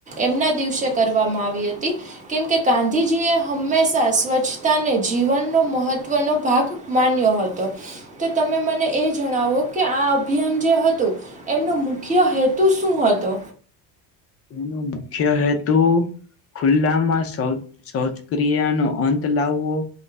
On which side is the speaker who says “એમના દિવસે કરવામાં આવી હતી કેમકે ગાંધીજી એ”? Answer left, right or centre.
Right